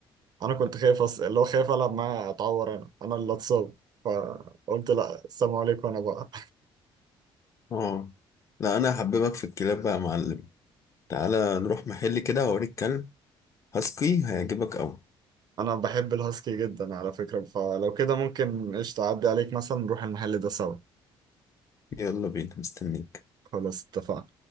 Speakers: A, on the right; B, on the left.
A: انا كنت خايف أص... اللي هو خايف العب معاه اتعور انا انا اللي اتصاب فقلت لا السلام عليكم انا بقى
B: اه لا انا هحببك في الكلاب بقى يا معلم تعالى نروح محل كده هوريك كلب هاسكي هيعجبك قوي
A: <laughs> انا بحب الهاسكي جدا على فكرة فلو كده ممكن قشطة اعدي عليك مثلا نروح المحل ده سوا
B: يلا بينا مستنيك
A: خلاص اتفقنا